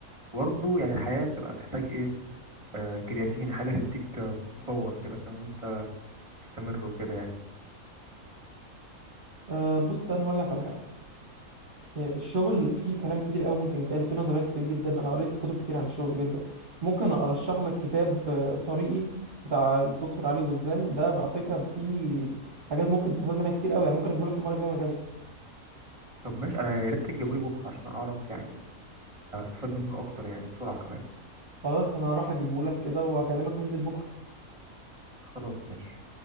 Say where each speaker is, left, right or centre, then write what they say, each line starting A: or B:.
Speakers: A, on the right; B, on the right.
A: برضه يعني الحياة بتبقى تحتاج ايه آه كرياتين حاجة تديك آه، باور كده فاهم إن انت تستمر وكده يعني
B: أه بص انا هقول لك على حاجه آه، الشغل فيه كلام كتير قوي ممكن يتقال وفيه نظريات كتير جدا انا قريت كتب كتير عن الشغل جدا ممكن ارشح لك كتاب آه، طريقي بتاع الدكتور علي غزلان ده على فكره فيه حاجات ممكن تستفاد منها كتير قوي يعني ممكن اجيبه لك المره الجايه وانا جاي
A: طب ماشي انا يا ريت تجيبولي بكره عشان اعرف يعني استفاد منه اكتر يعني بسرعه كمان
B: خلاص انا هروح اجيبه لك كده وهكلمك ننزل بكره
A: خلاص ماشي